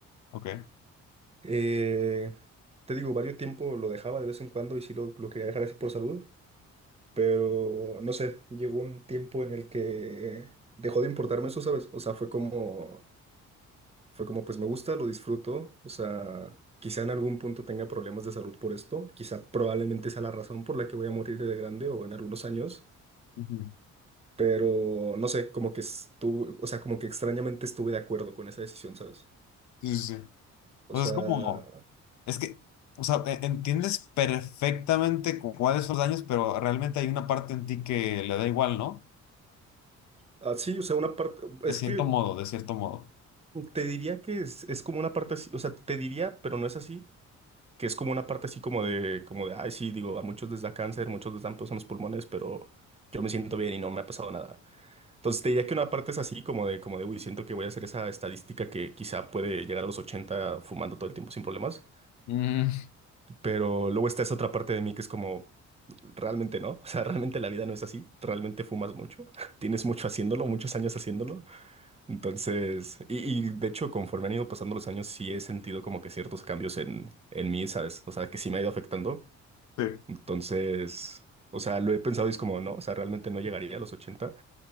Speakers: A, on the left; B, on the right.
A: Ok.
B: Eh, te digo, varios tiempo lo dejaba de vez en cuando y sí lo, lo quería dejar así por salud, pero no sé, llegó un tiempo en el que dejó de importarme eso, ¿sabes? O sea, fue como... Fue como, pues me gusta, lo disfruto, o sea, quizá en algún punto tenga problemas de salud por esto, quizá probablemente sea la razón por la que voy a morir de grande o en algunos años,
A: Ujú.
B: pero no sé, como que estuve, o sea, como que extrañamente estuve de acuerdo con esa decisión, ¿sabes?
A: Sí, sí, sí.
B: O
A: Pues
B: sea,
A: es como, Es que, o sea, e- entiendes perfectamente cu- cuáles son los daños, pero realmente hay una parte en ti que le da igual, ¿no?
B: así, o sea, una parte,
A: De
B: es
A: cierto
B: que
A: modo, de cierto modo.
B: te diría que es, es como una parte así, o sea, te diría, pero no es así, que es como una parte así como de, como de, ay, sí, digo, a muchos les da cáncer, muchos les dan pues en los pulmones, pero yo me siento bien y no me ha pasado nada. Entonces te diría que una parte es así, como de, como de, uy, siento que voy a hacer esa estadística que quizá puede llegar a los 80 fumando todo el tiempo sin problemas,
A: Mm,
B: pero luego está esa otra parte de mí que es como, realmente no, <laughs> o sea, realmente la vida no es así, realmente fumas mucho, <laughs> tienes mucho haciéndolo, muchos años haciéndolo, entonces, y, y de hecho conforme han ido pasando los años sí he sentido como que ciertos cambios en, en mí, ¿sabes? O sea, que sí me ha ido afectando,
A: Sí.
B: entonces, o sea, lo he pensado y es como, no, o sea, realmente no llegaría a los ochenta,